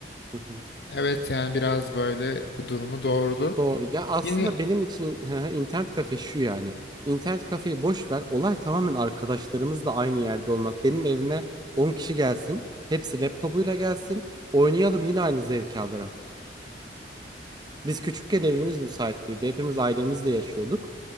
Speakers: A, on the right; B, on the left.
A: hı hı.
B: Evet yani biraz böyle bu durumu doğurdu.
A: Doğru. Ya aslında
B: Yine
A: benim için <laughs> hı hı, internet kafe şu yani. İnternet kafeyi boş ver. Olay tamamen arkadaşlarımızla aynı yerde olmak. Benim evime 10 kişi gelsin. Hepsi laptopuyla gelsin. Oynayalım yine aynı zevki alırım. Biz küçükken evimiz müsait değildi. Hepimiz ailemizle yaşıyorduk.